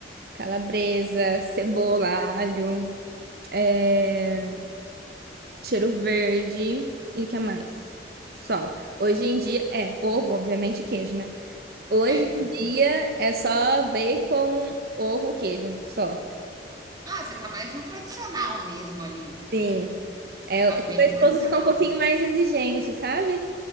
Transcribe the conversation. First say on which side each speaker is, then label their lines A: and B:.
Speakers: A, on the right; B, on the right.
A: calabresa, cebola, alho, é, cheiro verde e o que mais? Só. Hoje em dia é ovo, obviamente, e queijo, né? Hoje
B: é.
A: em dia é só bacon, ovo, queijo, só.
B: Ah, você tá mais no tradicional mesmo ali.
A: Sim. É, é
B: Tá bem
A: que meu esposo
B: tradicional.
A: fica um pouquinho mais exigente, sabe?